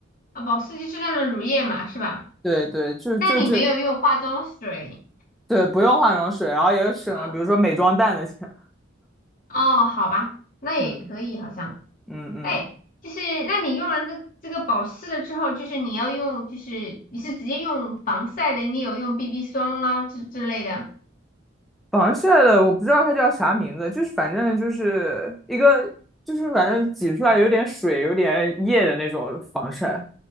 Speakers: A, on the left (about 45°); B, in the centre.
A: 啊，保湿就是那种乳液嘛，是吧？
B: 对对，就就这，
A: 那你没有用化妆水，
B: 对，不用化妆水，然后也省了，
A: 嗯，
B: 比如说美妆蛋的钱。<laughs>
A: 哦，好吧，那也可以好像。
B: 嗯嗯嗯。
A: 哎，就是那你用完这这个保湿了之后，就是你要用，就是你是直接用防晒的，你有用 BB 霜啊之之类的。
B: 防晒的我不知道它叫啥名字，就是反正就是一个，就是反正挤出来有点水、有点液的那种防晒。